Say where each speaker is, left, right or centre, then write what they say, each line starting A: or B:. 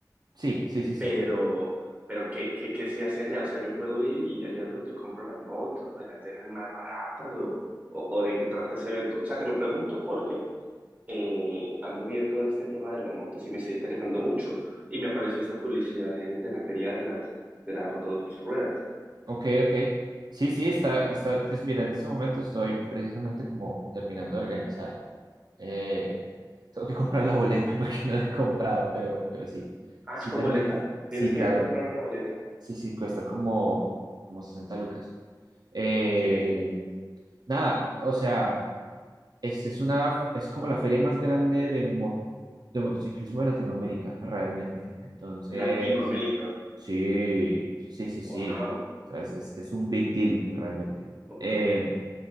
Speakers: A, on the right; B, on the right.
A: Sí, sí, sí, sí.
B: pero, pero ¿qué, qué, qué se hace allá? O sea, yo puedo ir y allá es donde compro las motos, me las dejan más baratas o, o, o de qué trata ese evento. O sea, te lo pregunto porque... eh, ando viendo este tema de las motos y me está interesando mucho. Y me apareció esta publicidad de, de la feria de las, de las dos ruedas.
A: Ok, ok. Sí, sí, está, está, pues mira, en este momento estoy precisamente como terminando de organizar. Eh, tengo que <laughs> comprar la boleta <laughs> porque no la he comprado, pero, pero sí.
B: Ah,
A: Sí,
B: es con
A: termi-
B: boleta.
A: Sí,
B: Tienes
A: claro.
B: que comprar una boleta.
A: Sí, sí, cuesta como, como 60 lucas. Eh,
B: Ok.
A: nada, o sea, es, es una, es como la feria más grande de, mo- de motociclismo de Latinoamérica, realmente. Entonces...
B: Latinoamérica.
A: Sí, sí, sí, sí.
B: Wow.
A: ¿Sabes? Es, es un big deal realmente.
B: Ok.
A: Eh,